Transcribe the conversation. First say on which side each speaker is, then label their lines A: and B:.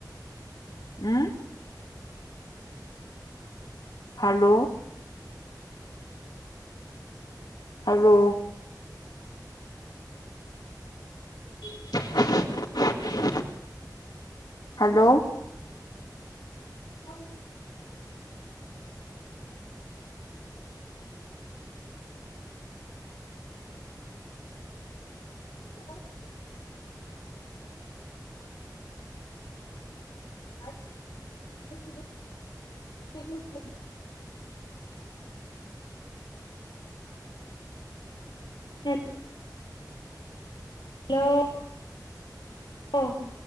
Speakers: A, on the left; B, on the left.
A: हम हॅलो! हॅलो! <unintelligible> हॅलो!
B: <unintelligible> हॅलो! <unintelligible> <unintelligible> हॅलो! <unintelligible>